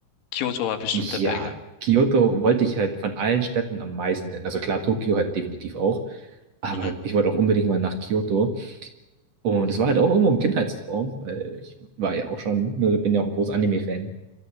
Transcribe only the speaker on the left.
Kyoto war bestimmt
der Banger.
Mhm,